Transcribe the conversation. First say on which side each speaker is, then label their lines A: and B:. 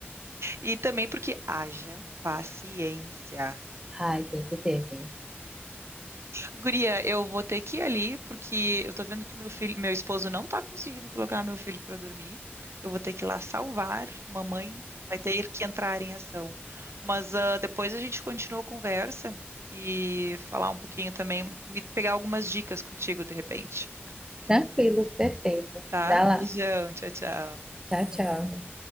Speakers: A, on the right (about 80°); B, on the right (about 15°).
A: E também porque haja paciência.
B: Ai, tem que ter, viu?
A: Guria, eu vou ter que ir ali, porque eu tô vendo que meu filho, meu esposo não tá conseguindo colocar meu filho pra dormir. Eu vou ter que ir lá salvar. Mamãe vai ter que entrar em ação. Mas ah, depois a gente continua a conversa e falar um pouquinho também, me- pegar algumas dicas contigo de repente,
B: Tranquilo, perfeito.
A: tá?
B: Dá lá.
A: Beijão, tchau, tchau.
B: Tchau, tchau.